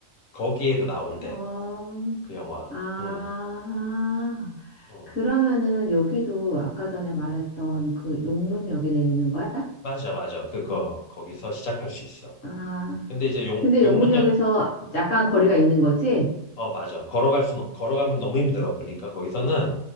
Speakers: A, on the left; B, on the left.
A: 거기에도 나온대,
B: 어,
A: 그 영화.
B: 아,
A: 응, 응.
B: 그러면은 여기도 아까 전에 말했던 그 용문역에 내리는 거야?
A: 맞아, 맞아. 그거, 거기서 시작할 수 있어.
B: 아,
A: 근데 이제 용,
B: 근데
A: 용문역,
B: 용문역에서 약간 거리가 있는 거지?
A: 어, 맞아. 걸어갈 수, 걸어가면 너무 힘들어. 그러니까 거기서는